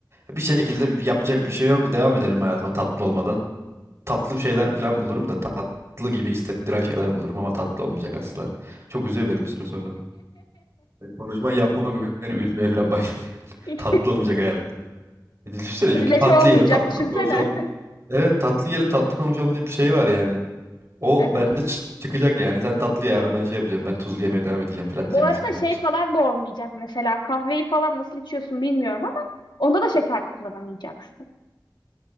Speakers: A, on the right (about 40°); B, on the left (about 75°).
A: Bir şekilde bir- yapacak bir şey yok. Devam ederim hayatıma tatlı olmadan. Tatlı şeyler falan bulurum da tatlı gibi hissettiren şeyler bulurum ama tatlı olmayacak asla. Çok üzüyor beni bir süre sonra bu. Konuşma yapma beni üzmeye falan başladı. <laughs>
B: <laughs>
A: Tatlı olmayacak hayatımda. E, Düşünsene
B: Trileçe
A: çünkü tatlı
B: olmayacak
A: yiyelim tatlı
B: düşünsene.
A: konuşalım. Evet tatlı yiyelim tatlı konuşalım diye bir şey var yani. O
B: Evet.
A: bende çı- çıkacak yani. Sen tatlı ye abi ben şey yapacağım. Ben tuzlu yemeye devam edeceğim falan
B: Bu
A: diyeceğim
B: arada
A: insanlara
B: şey
A: biz.
B: falan da olmayacak mesela. Kahveyi falan nasıl içiyorsun bilmiyorum ama onda da şeker kullanamayacaksın.